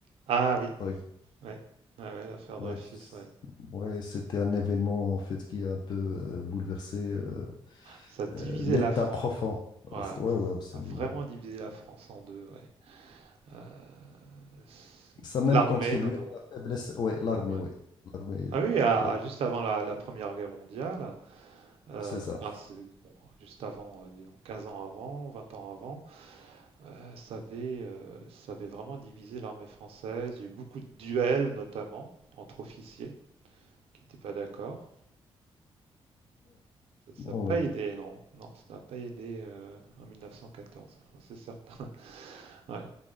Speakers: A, on the right; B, on the left.
A: Ah oui,
B: Par ex-
A: ouais, ouais, ouais, l'affaire
B: ouais,
A: Dreyfus,
B: c-
A: ouais.
B: ouais, c'était un événement en fait qui a un peu euh, bouleversé euh,
A: Ça a divisé
B: euh, l'État
A: la France.
B: profond.
A: Ouais, ça
B: Euh, ça- Ouais, ouais, absolument.
A: a vraiment divisé la France en deux, ouais. Euh, s-
B: Ça a même
A: l'armée
B: Ouais. contribué
A: notamment.
B: à la faiblesse. Ouais, l'armée,
A: Ouais.
B: oui. L'armée, euh,
A: Ah oui, à-
B: donc,
A: à- juste
B: oh,
A: avant la, la Première Guerre mondiale, euh,
B: c'est ça.
A: enfin, c'est- bon, juste avant, euh, disons 15 ans avant, 20 ans avant, euh, ça avait, euh, ça avait vraiment divisé l'armée française. Il y a eu beaucoup de duels notamment entre officiers qui n'étaient pas d'accord. Ça
B: Oui,
A: n'a pas aidé, non. Non, ça n'a pas aidé euh, en 1914, ça, c'est certain. <laughs> Ouais.